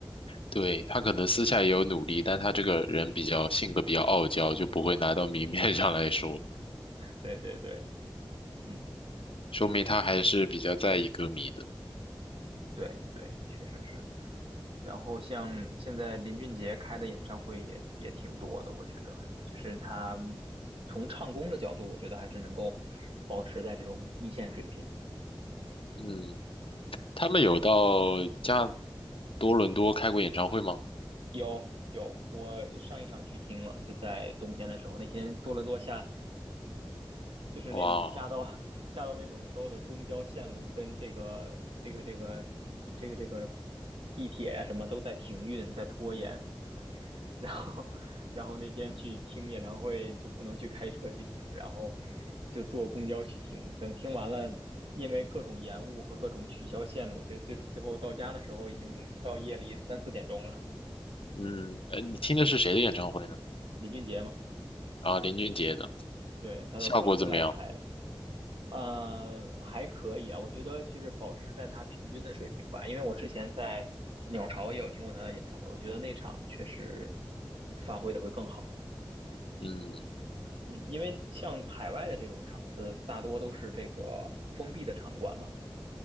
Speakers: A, on the left (about 75°); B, on the right (about 80°).
A: 对，他可能私下也有努力，但他这个人比较性格比较傲娇，就不会拿到明面 <laughs> 上来说，
B: 对对对，嗯，
A: 说明他还是比较在意歌迷的。
B: 对对，确实是。然后像现在林俊杰开的演唱会也也挺多的，我觉得就是他从唱功的角度，我觉得还是能够保持在这种一线水平。
A: 嗯，他们有到加多伦多开过演唱会吗？
B: 有有，我上一场去听了，就在冬天的时候，那天多伦多下，就是那种下到
A: 哇哦，
B: <laughs> 下到那种所有的公交线路跟这个这个这个这个这个地铁啊什么都在停运，在拖延。然后 <laughs> 然后那天去听演唱会就不能去开车去听，然后就坐公交去听。等听完了，因为各种延误和各种取消线路，所以最最后到家的时候已经到夜里三四点钟了。
A: 嗯，呃，你听的是谁的演唱会呢？
B: 林俊杰嘛。
A: 啊，林俊杰的。
B: 对，他到多伦多来开了，
A: 效果怎么样？
B: 呃，还可以啊，我觉得就是保持在他平均的水平吧，因为我之前在鸟巢也有听过他的演唱会，我觉得那场确实发挥的会更好，
A: 嗯，
B: 嗯，因为像海外的这种场次，大多都是这个封闭的场馆嘛，